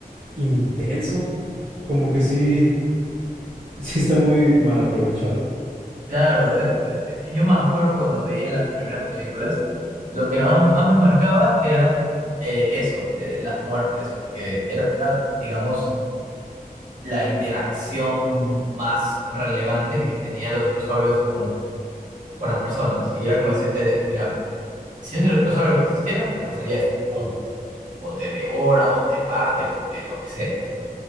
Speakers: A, on the right (about 40°); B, on the right (about 55°).
A: intenso, como que sí, sí está muy mal aprovechado.
B: Claro, eh, eh, yo me acuerdo cuando veía las primeras películas, lo que más, más me marcaba era eh, eso, eh, las muertes, porque era, digamos, la interacción más relevante que tenían los dinosaurios con, con las personas. Y era como decirte, mira, si un dinosaurio existiera, te pasaría esto. Pum. O te devora, o te parte, o te lo que sea.